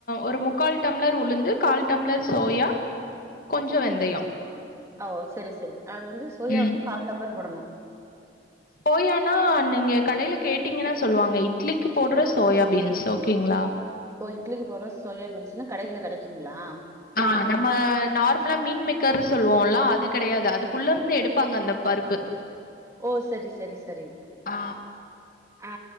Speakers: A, on the left; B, on the right.
A: ஒரு முக்கால் டம்ளர் உளுந்து கால் டம்ளர் சோயா கொஞ்சோ வெந்தயோ
B: ஓ செரி செரி அது வந்து சோயா
A: ம்
B: வந்து கால் டம்ளர் போடணு
A: சோயானா நீங்க கடைல கேட்டீங்கன்னா சொல்லுவாங்க இட்லிக்கு போட்ற சோயாபீன்ஸ் ஓகேங்ளா
B: இப்ப இட்லிக்கு போட்ற சோயாபீன்ஸ்னா கடைகள்ள கெடைக்குங்ளா
A: ஆ நம்ம நார்மலா மீன் மெக்கரு சொல்லுவோல அது கெடயாது அதுக்குள்ள இருந்து எடுப்பாங்க அந்த பருப்பு
B: ஓ சரி சரி சரி
A: ஆ
B: அ